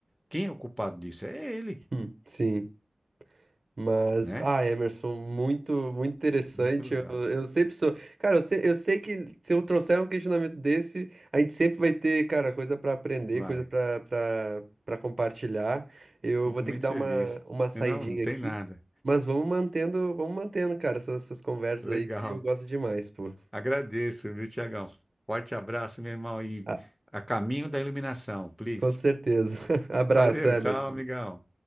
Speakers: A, in the centre; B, on the right.
A: Quem é o culpado disso? É ele,
B: <laughs> Sim. Mas,
A: né?
B: ah, Emerson, muito, muito interessante.
A: Muito legal.
B: Eu, eu sempre sou. Cara, eu sei, eu sei que se eu trouxer um questionamento desse, a gente sempre vai ter, cara, coisa para aprender,
A: Vai.
B: coisa para para para compartilhar. Eu
A: Fico
B: vou ter
A: muito
B: que dar
A: feliz.
B: uma, uma saidinha
A: Não, não tem
B: aqui,
A: nada.
B: mas vamos mantendo, vamos mantendo, cara, essas, essas conversas
A: Legal.
B: aí que eu gosto demais, pô.
A: Agradeço, viu, Tiagão? Forte abraço, meu irmão, e
B: Ah,
A: a caminho da iluminação, please.
B: com certeza. <laughs> Abraço,
A: Valeu,
B: Emerson.
A: tchau, amigão.